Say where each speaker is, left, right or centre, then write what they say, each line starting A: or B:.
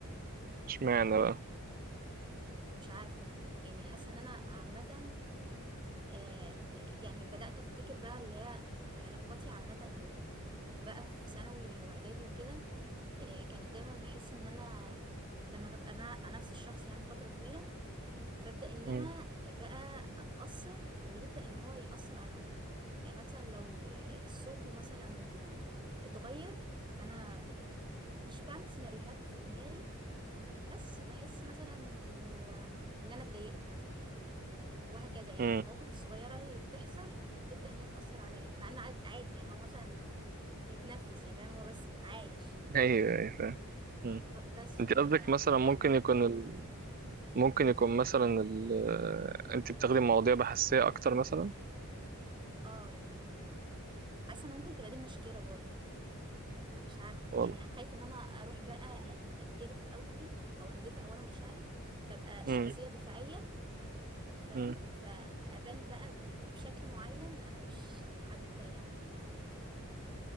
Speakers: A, on the right (about 40°); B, on the right (about 20°).
A: اشمعنى بقى؟
B: مش عارفة يعني حاسة ان انا عامة آه، يعني بدأت افتكر بقى اللي هي علاقاتي عامة بقى في ثانوي واعدادي وكده آه، كانت دايما بحس ان انا لما ببقى مع, مع نفس الشخص يعني فترة طويلة ببدأ ان
A: مم.
B: انا بقى اتأثر ويبدأ ان هو يأثر على مودي يعني مثلا لو آه، صوته مثلا اتغير فانا مش بعمل سيناريوهات في دماغي بس بحس مثلا انه آه، ان انا اتضايقت مثلا وهكذا يعني
A: مم.
B: المواقف الصغيرة اللي بتحصل بتبدأ ان هي تأثر عليا مع ان عاد- عادي يعني هو مثلا بيتنفس يعني فاهم هو بس عايش
A: أيوه أيوه فاهم مم.
B: ب- بس
A: أنت
B: ف...
A: قصدك مثلا
B: فبعدين
A: ممكن يكون ال... ممكن يكون مثلا ال... آه، أنت بتاخدي مواضيع بحثية أكتر مثلا؟
B: اه يعني حاسة ان ممكن تبقى دي المشكلة برضه فمش عارفة
A: والله
B: يعني خايفة ان انا اروح بقى أن... انجرف قوي او اندفع ورا مشاعري فابقى
A: مم.
B: شخصية دفاعية فاهم
A: مم.
B: فابان بقى بشكل معين انا مش حابة يعني ان انا اظهر بيه